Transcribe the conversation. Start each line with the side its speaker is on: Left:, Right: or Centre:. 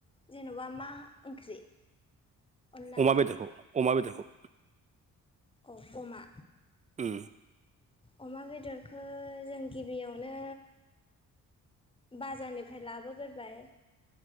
Left: जेन'बा मा ओंख्रि अनलाजों
Right: अमा बेदरखौ अमा बेदरखौ।
Left: अमा
Right: उम।
Left: अमा बेदरखौ जों गिबियावनो बाजारनि ओमफ्राय लाबोगोरबाय